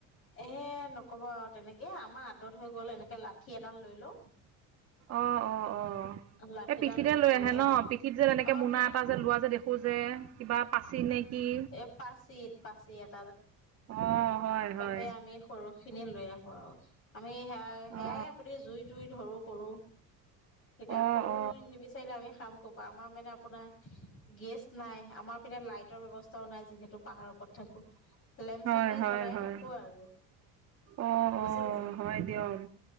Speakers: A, on the left; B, on the right.
A: এ নকব আৰু তেনেকে আমাৰ আদত হৈ গ'ল এনেকে লাঠি এডাল লৈ লও
B: অ অ অ
A: লাঠিডাল
B: এ পিঠিতে লৈ
A: পেলাই
B: আহে ন
A: এনেকে
B: পিঠিত যে এনেকে
A: অ
B: মোনা
A: পিত
B: এটা যে লোৱা যে দেখো যে কিবা পাচি নে কি
A: এ পাচিত পাচিত
B: অ হয় হয়।
A: তাতে আমি সৰুখিনি লৈ আহোঁ আৰু আমি সেয়া সেয়াই
B: অ
A: আপুনি জুই তুই ধৰোঁ কৰোঁ এতিয়া
B: অ
A: সৰু
B: অ
A: নিবিচাৰিলে আমি কাম কৰ পা আমাৰ মানে আপোনাৰ গেছ নাই আমাৰ পিনে লাইটৰ ব্যৱস্থাও নাই যিহেতু পাহাৰ ওপৰত থাকো লেম্প
B: হয়
A: চাকি
B: হয়
A: জ্বলাই
B: হয়
A: থাকো। আকৌ আৰু।
B: অ
A: বুজিলে
B: অ হয় দিয়ক।